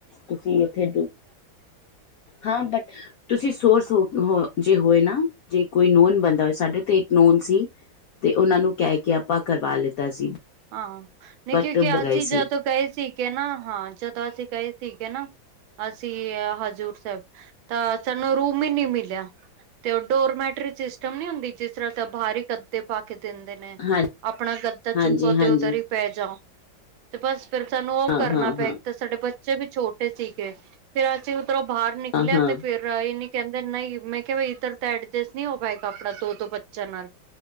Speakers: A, on the left; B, on the right.
A: ਤੁਸੀਂ ਉੱਥੇ ਹਾਂ ਬਟ ਤੁਸੀਂ ਸੋਰਸ ਹੋ ਜੇ ਹੋਏ ਨਾ ਜੇ ਕੋਈ ਨੋਨ ਬੰਦਾ ਹੋਵੇ ਸਾਡੇ ਤੇ ਨੋਨ ਸੀ। ਤੇ, ਉਹਨਾਂ ਨੂੰ ਕਹਿ ਕੇ ਆਪਾਂ ਕਰਵਾ ਲਿੱਤਾ ਸੀ।
B: ਹਾਂ! ਨਹੀਂ
A: ਬਟ
B: ਕਿਉਂਕਿ ਆਸੀਂ
A: ਗਏ ਸੀ
B: ਜਦੋਂ ਗਏ ਸੀਗੇ ਨਾ, ਹਾਂ! ਜਦੋਂ ਅਸੀਂ ਗਏ ਸੀਗੇ ਨਾ, ਅਸੀਂ ਐ ਹਜ਼ੂਰ ਸਾਹਿਬ ਤਾਂ ਸਾਨੂੰ ਰੂਮ ਹੀ ਨੀ ਮਿਲਿਆ। ਤੇ ਉਹ ਡੋਰਮੈਟਰੀ ਸਿਸਟਮ ਨੀ ਹੁੰਦੀ। ਜਿਸ ਤਰ੍ਹਾਂ ਤੇ ਬਾਹਰੀ ਕੱਦੇ ਪਾ ਕੇ ਦਿੰਦੇ। ਨੇ।
A: ਹਾਂ
B: ਆਪਣਾ ਗੱਦਾ
A: ਹਾਂਜੀ
B: ਚੁੱਕੋ
A: ਹਾਂਜੀ
B: ਤੇ ਉਧਰ ਹੀ ਪੈ ਜਾਓ। ਤੇ ਬਸ, ਫਿਰ ਸਾਨੂੰ ਉਹ
A: ਹਾਂ
B: ਕਰਨਾ
A: ਹਾਂ
B: ਪਿਆ।
A: ਹਾਂ
B: ਇੱਕ ਤਾਂ ਸਾਡੇ ਬੱਚੇ ਵੀ ਛੋਟੇ ਸੀਗੇ, ਫੇਰ ਅਸੀਂ ਉੱਧਰੋਂ ਬਾਹਰ ਨਿਕਲਿਆ।
A: ਹਾਂ ਹਾਂ
B: ਤੇ, ਫੇਰ ਰਾਇ ਨ ਕਹਿੰਦੇ ਨਾਹੀਂ ਮੈਂ ਕਿਹਾ ਵੀ ਇਧਰ ਤਾਂ ਐਡਜਸਟ ਨਹੀ ਹੋ ਪਾਏਗਾ, ਆਪਣਾ ਦੋ-ਦੋ ਬੱਚਿਆਂ ਨਾਲ।